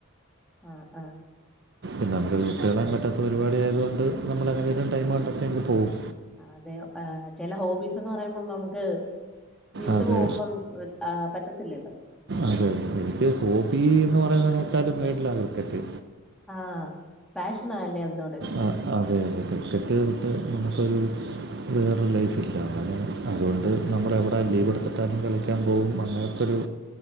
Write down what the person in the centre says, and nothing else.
ആഹ് ആഹ്.
അതെ ചെല ഹോബീസ്ന്ന് പറയുമ്പോ നമുക്ക് വിട്ടു
പോവുമ്പം പറ്റത്തില്ലല്ലോ.
ആഹ് പാഷനല്ലെ അതിനോട്.
ആഹ്